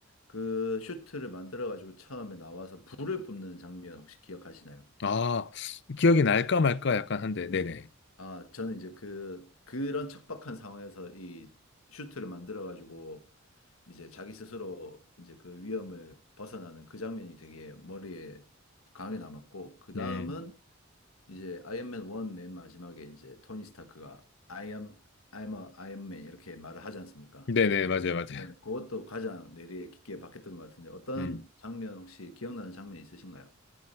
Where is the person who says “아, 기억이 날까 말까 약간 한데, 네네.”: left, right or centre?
Left